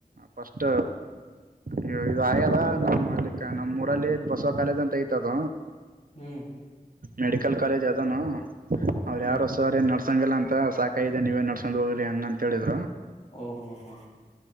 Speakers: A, on the right (about 65°); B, on the left (about 45°).
A: ಫಸ್ಟ್ ಇದು ಆಯಲ್ಲ ನಮ್ಮ ಅ ನಮ್ಮ್ ಮೂಊರಲ್ಲಿಬಸವ ಕಾಲದ ಅಂತ ಐತದ
B: ಹ್ಮ್
A: ಮೆಡಿಕಲ್ ಕಾಲೇಜ್ ಅದನು ಅವ್ರು
B: ಹ್ಮ್
A: ಯಾರು ಸರ್ ಏನ್ ನಡ್ಸಂಗಿಲ್ಲ ಅಂತ ಸಾ ಕೈದೆ ನೀವ ನಸೊಂಡ ಹೋಗ್ರಿ ಹಂಗ ಅಂತ ಹೇಳಿದ
B: ಓ ಹೋ ಹಾ